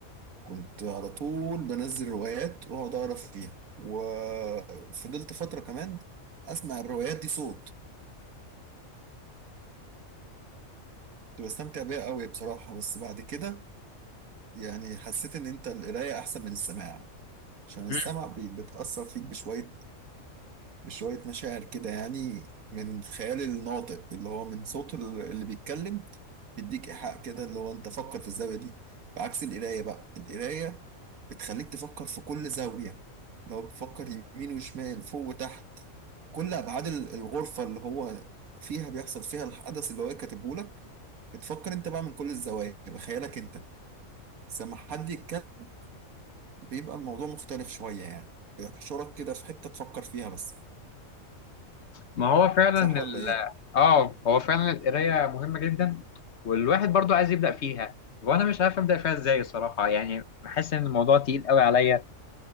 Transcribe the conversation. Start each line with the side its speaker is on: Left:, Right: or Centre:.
Right: كنت على طول بنزل روايات واقعد اقرا فيها وفضلت فتره كمان اسمع الروايات دي صوت كنت بستمتع بيها قوي بصراحه بس بعد كده يعني حسيت ان انت القرايه احسن من السماع عشان السمع
Left: مم.
Right: بي- بتاثر فيك بشويه بشويه مشاعر كده يعني من خيال الناطق اللي هو من صوت ال- اللي بيتكلم بيديك ايحاء كده اللي هو انت فكر في الزاويه دي بعكس القرايه بقى القرايه بتخليك تفكر في كل زاويه لو بتفكر يمين وشمال فوق وتحت كل ابعاد ال- الغرفه اللي هو فيها بيحصل فيها الحدث اللي هو كاتبه لك بتفكر انت بقى من كل الزوايا بخيالك انت بس لما حد يتكلم بيبقى الموضوع مختلف شويه يعني بيحشرك كده في حته تفكر فيها بس
Left: ما هو فعلا
Right: صح
Left: ال...
Right: ولا ايه؟
Left: اه هو فعلا القراية مهمة جدا والواحد برضو عايز يبدأ فيها وانا مش عارف ابدأ فيها ازاي الصراحة يعني بحس ان الموضوع تقيل قوي عليا